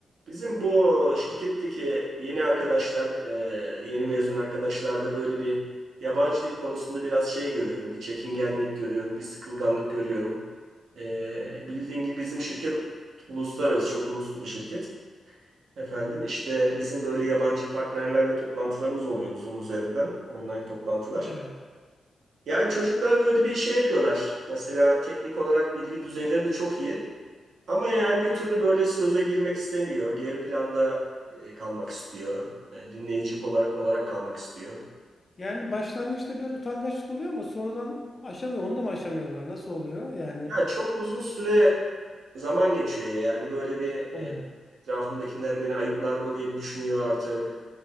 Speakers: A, on the right (about 75°); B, on the left (about 25°).
A: Bizim bu şirketteki yeni arkadaşlar, e, yeni mezun arkadaşlarda böyle bir yabancı dil konusunda biraz şey görüyorum. Bir çekingenlik görüyorum, bir sıkılganlık görüyorum. E, bildiğin gibi bizim şirket uluslararası, çok uluslu bir şirket. Efendim işte bizim böyle yabancı partnerlerle toplantılarımız oluyor Zoom üzerinden, online toplantılar.
B: Evet.
A: Yani çocuklar böyle bir şey yapıyorlar. Mesela teknik olarak bilgi düzeyleri de çok iyi. Ama yani bir türlü böyle söze girmek istemiyor. Geri planda e, kalmak istiyor. E, Dinleyici pola- olarak kalmak istiyor.
B: Yani başlangıçta biraz utangaçlık oluyor ama sonradan aşamıyor. Onu da mı aşamıyorlar? Nasıl oluyor? Yani
A: Ya çok uzun süre zaman geçiyor yani böyle bir
B: he.
A: e, etrafımdakiler beni ayıplar mı diye bir düşünüyor artık.